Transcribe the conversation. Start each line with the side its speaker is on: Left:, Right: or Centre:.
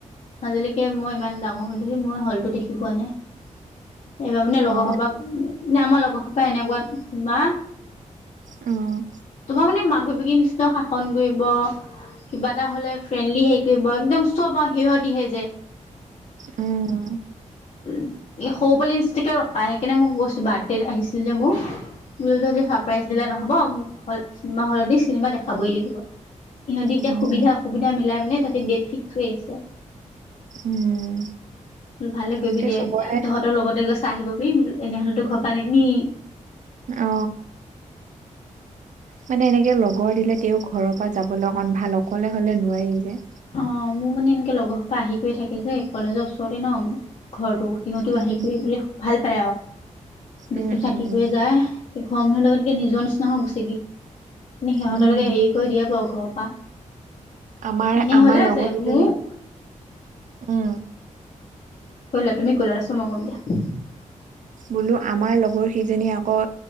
Left: আজিলৈকে মই ইমান ডাঙৰ হলোহি, মই হলটো দেখি পোৱা নাই। এইবাৰ মানে লগৰসোপাক,
Right: অ
Left: মানে আমাৰ লগৰসোপা এনেকুৱা মা
Right: অ'।
Left: তোমাৰ মানে মাক বাপেকী নিচিনা শাসন কৰিব, কিবা এটা হলে ফ্ৰেণ্ডলি হেৰি কৰিব আৰু একদম চব আৰু সিহঁতিহে যে।
Right: উম।
Left: উম, এ সৰু পলিমিষ্ট্তিকে বাইকিনে মই গৈছো বাৰ্থডে আহিছিল যে মোৰ। মোক চাৰপ্ৰাইজ দিলে নহব, মোক অকল চিনেমা হলত নি চিনেমা দেখাবই লাগিব। ইহঁতি এতিয়া
Right: উম
Left: সুবিধা অসুবিধা মিলাই মানে তাতে ডেট ফিক্স কৰি আহিছে।
Right: উম।
Left: বোলো ভালে কৰিবি
Right: এতিয়া
Left: দে,
Right: চবৰে
Left: তহঁতৰ লগতে গৈ চাই আহিব পাৰিবি বোলো এনেহলেতো ঘৰ পা নিনিয়েই।
Right: অ'। মানে এনেকে লগৰ দিলে তেওঁক ঘৰৰ পৰা যাবলৈ অকন ভাল, অকলে হলে নোৱাৰি যে।
Left: অ' মোৰ মানে এনেকে লগৰ সোপা আহি কৰি থাকে যে কলেজৰ ওচৰতে ন মোৰ ঘৰটো। সিহঁতি
Right: উম
Left: আহি কৰি বোলে ভাল পায় আৰু, দিনতটো
Right: উম
Left: থাকি
Right: উম
Left: কৰি যায়। কি ঘৰ মানুহ লগতকে নিজৰ নিচিনা হৈ গৈছে, কিন্তু সিহঁতলৈকে
Right: উম
Left: এৰি কৰি দিয়ে বাৰু ঘৰৰ পৰা।
Right: আমাৰ,
Left: এনে
Right: আমাৰ
Left: হ'লে
Right: লগৰ
Left: যে
Right: কেইজনী,
Left: মোক
Right: উম।
Left: কৰি লোৱা, তুমি কৰি লোৱা, তাৰপিছত মই কৰিম দিয়া।
Right: বোলো আমাৰ লগৰ সেইজনী আকৌ,